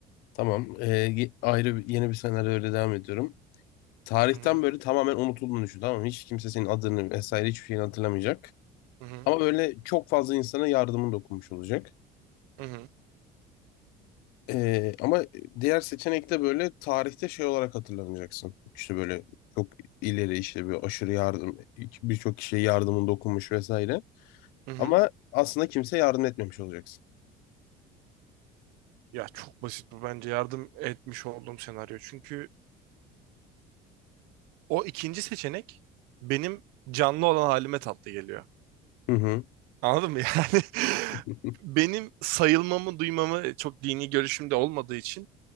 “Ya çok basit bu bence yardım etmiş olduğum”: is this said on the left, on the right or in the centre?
Right